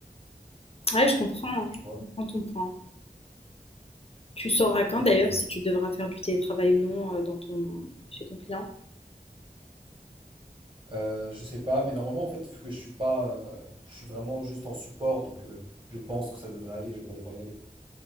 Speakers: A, on the left; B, on the right.
A: Ouais, je comprends. hein.
B: tu
A: Je
B: vois.
A: comprends ton point. Tu sauras quand
B: Donc
A: d'ailleurs
B: voilà.
A: si tu devras faire du télétravail ou non euh, dans ton... chez ton client.
B: Euh, je sais pas, mais normalement, en fait, vu que je suis pas, euh, je suis vraiment juste en support, donc euh, je pense que ça devrait aller, je vais pas devoir y aller.